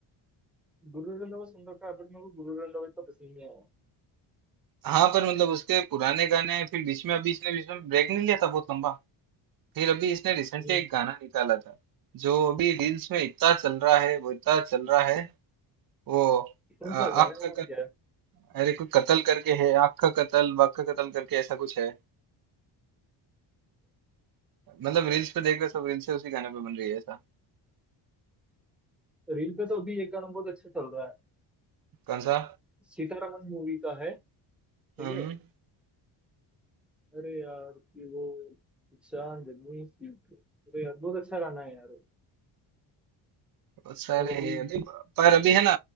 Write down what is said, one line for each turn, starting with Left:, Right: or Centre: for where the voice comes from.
Centre: गुरु रंधावा सुन रखा है बट मेरे को गुरु रंधावा इतना पसंद नहीं आया
Right: हाँ पर मतलब उसके पुराने गाने फिर बीच में अभी इसने बीच में ब्रेक नहीं लिया था बहुत लंबा फिर अभी इसने रिसेंटली
Centre: हम्म,
Right: एक गाना निकाला था जो अभी रील्स में इतना चल रहा है वो इतना चल रहा है वो
Centre: कौन
Right: अ, आँख
Centre: सा गाने का
Right: का
Centre: नाम
Right: कत,
Centre: क्या है
Right: अरे कोई कत्ल करके है आँख का कत्ल वाक का कत्ल करके ऐसा कुछ है मतलब रील्स पे देख रहे सब रील्स से उसी गाने पे बन रही है ऐसा
Centre: रील पे तो अभी एक गाना बहुत अच्छा चल रहा है
Right: कौन सा
Centre: सीतारामन मूवी का है ठीक
Right: हम्म
Centre: है अरे यार कि वो चांदनी सी अरे यार बहुत अच्छा गाना है यार वो।
Right: बहुत सारे
Centre: मैं कभी
Right: है अभी पर अभी है ना